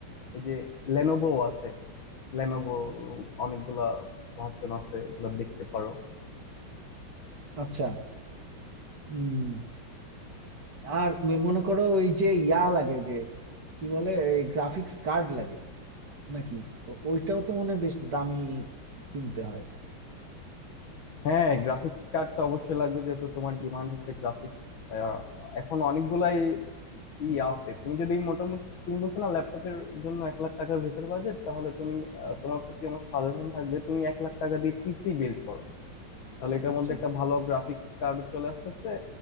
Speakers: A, on the left; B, on the right.
A: এই যে লেনোভো আছে লেনোভো অনেকগুলা ভার্সন আছে ওগুলো দেখতে পারো
B: আচ্ছা হম আর ম- মনে করো ওই যে ইয়া লাগে যে কি বলে গ্রাফিক্স কার্ড লাগে নাকি ও- ওইটাও তো মনে হয় বেশ দামি কিনতে হয়
A: হ্যাঁ গ্রাফিক্স কার্ডটা অবশ্যই লাগবে যেহেতু তোমার ডিমান্ড হচ্ছে গ্রাফিক্স এখন অনেকগুলাই
B: হুম,
A: ই আছে তুমি যদি মোটামুটি তুমি বলছো না ল্যাপটপের জন্য এক লাখ টাকার ভিতর বাজেট তাহলে তুমি আহ, তোমার প্রতি আমার সাজেশন থাকবে তুমি এক লাখ টাকা দিয়ে পিসি বিল্ড করো তাহলে এটার
B: আচ্ছা
A: মধ্যে একটা ভালো গ্রাফিক্স কার্ড চলে আসতেছে